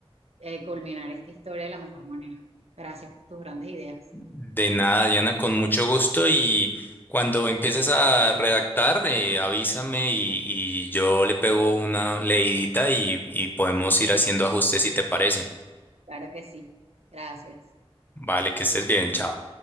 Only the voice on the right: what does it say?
eh, culminar esta historia de la mejor manera. Gracias por tus grandes ideas.
Claro que sí. Gracias.